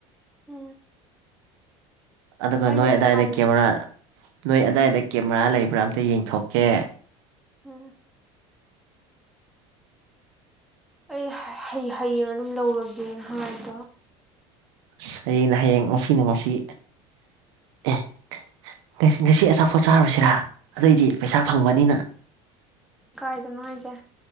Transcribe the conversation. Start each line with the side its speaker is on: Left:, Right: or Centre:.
Centre: ꯎꯝ
Right: ꯑꯗꯨꯒ
Centre: ꯑꯩꯅ
Right: ꯅꯣꯏ ꯑꯗꯥꯏꯗ
Centre: ꯍꯥꯏꯅꯅꯦ
Right: ꯀꯦꯃꯦꯔꯥ ꯅꯣꯏ ꯑꯗꯥꯏꯗ ꯀꯦꯃꯦꯔꯥ ꯂꯩꯕ꯭ꯔꯥ ꯑꯝꯇ ꯌꯦꯡꯊꯣꯛꯀꯦ
Centre: ꯎꯝ ꯑꯩ ꯍ ꯍꯌꯦ ꯍꯌꯦꯡ ꯑꯗꯨꯝ ꯂꯧꯔꯒꯦꯅ ꯍꯥꯏꯕ
Right: ꯑꯁ ꯍꯌꯦꯡꯅ ꯍꯌꯦꯡ ꯉꯁꯤꯅ ꯉꯁꯤ ꯑꯦ ꯑꯦꯁ ꯉꯁꯤ ꯑꯆꯥꯄꯣꯠ ꯆꯥꯔꯨꯁꯤꯔꯥ ꯑꯗꯨꯑꯣꯏꯗꯤ ꯄꯩꯁꯥ ꯐꯪꯕꯅꯤꯅ
Centre: ꯀꯥꯏꯗꯅꯣ ꯂꯩꯖꯦ